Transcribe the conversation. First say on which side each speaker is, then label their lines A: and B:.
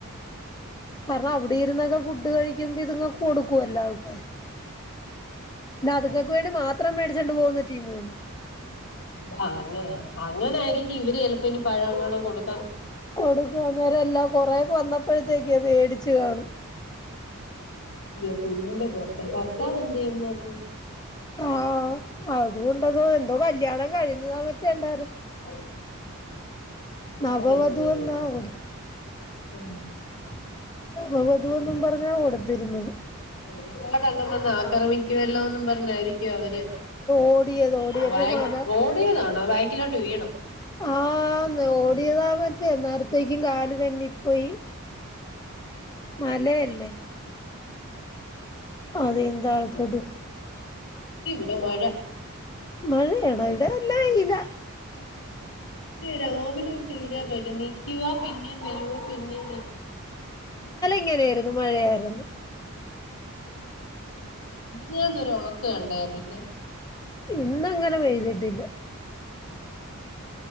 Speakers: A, on the left; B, on the left.
A: കാരണം അവിടെ ഇരുന്നൊക്കെ ഫുഡ് കഴിക്കുമ്പ ഇതങ്ങ കൊടുക്കുവല്ലോ പി അതുക്കൾക്ക് വേണ്ടി മാത്രം മേടിച്ചണ്ട് പോകുന്ന ടിമുണ്ട്
B: അന അങ്ങനൊയിയിരിക്കും ഇവര് ചിലപ്പോ ഇനി പഴങ്ങൾ കൊടുക്ക
A: കൊടുക്ക നേര എല്ലാ കൊറെ വന്നപ്പോഴത്തേക്കെയാ പേടിച്ചു കാണും
B: <unintelligible> ഭർത്താവ് എന്തെ ഈ നേരത്ത്
A: ആഹ അതുകൊണ്ടതോ എന്തോ കല്യാണം കഴിഞ്ഞതോ പറ്റിയണ്ട
B: <inaudible>
A: നവവധുവെന്നാ
B: <unintelligible>
A: കൊടു അവ വധുവെന്നു
B: അവര്
A: പറഞ്ഞ കൊടുത്തിരുന്നത്
B: ഒരുപാട് അന്ന വന്ന ആക്രമിക്കുവല്ലോന്നും പറഞ്ഞായിരിക്കും അവര്
A: ഓടിയത് ഓടിയപ്പോ
B: വാക്കി
A: മല
B: ഓടിയതാണോ ബാക്കിലോട് വീണു
A: ആ ന്ന് ഓടിയതാ മറ്റേ അന്നേരത്തേക്കും കാല് തേനിപ്പോയി മലയല്ലേ അതെ എന്തായതൊട്ട്
B: ഇവിടെ മഴ
A: മഴയണോ ഇട എല്ലാ ഇല
B: രാവിലെ തീരെ വര നീക്കവാ പിന്ന <inaudible> പിന്നെ <inaudible>
A: എങ്ങനെയായിരുന്നു മഴയായിരുന്നു
B: മിനിഞ്ഞാന്ന് ഒരൊണക്ക് കണ്ടാ പിന്നെ.
A: ഇന്ന് അങ്ങനെ പെയ്തിട്ടില്ല.
B: <inaudible>